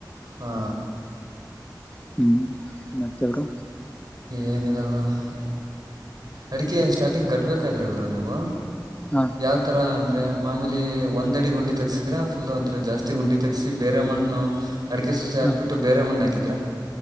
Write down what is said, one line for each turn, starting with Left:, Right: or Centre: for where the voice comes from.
Right: ಹಾ
Left: ಹ್ಮ್ ಮತ್ತೆವರು
Right: ಏನಿದವರು ಮ ಅಡಿಕೆ ಸ್ಟಾರ್ಟಿಂಗ್ ಕಟ್ಟಬೇಕಾದ್ರೆ ಬರುೋ ನೀವು
Left: ಹಾ
Right: ಯಾವ ತರ ಅಂದ್ರೆ ಮಾಮೂಲಿ ಒಂದ್ ಅಡಿ ಗುಂಡಿ ತಗಸಿದ್ರ ಫುಲ್ ಒಂದ್ರ ಜಾಸ್ತಿ ಗುಂಡಿ ತಗಸಿ ಬೇರೆ ಮಣ್ಣು ಅಡಿಕೆ ಸುಸೆ ಹಾಕ್ಿಬಿಟ್ಟು
Left: ಹಾ
Right: ಬೇರೆ ಮಣ್ಣು ಹಾಕಿದ್ರಾ